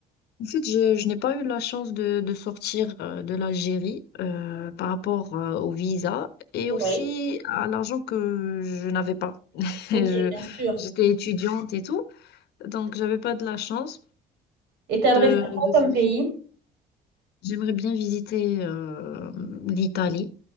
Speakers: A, on the left; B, on the right.
A: En fait, je, je n'ai pas eu la chance de, de sortir euh, de l'Algérie euh, par rapport euh, au visa et
B: Oui.
A: aussi à l'argent que je n'avais pas. <laughs> Je-
B: Ok, bien sûr.
A: j'étais étudiante et tout, donc j'avais pas de la chance
B: Et t'aimerais
A: de,
B: faire quoi
A: de
B: comme
A: sortir.
B: pays?
A: J'aimerais bien visiter euh, l'Italie.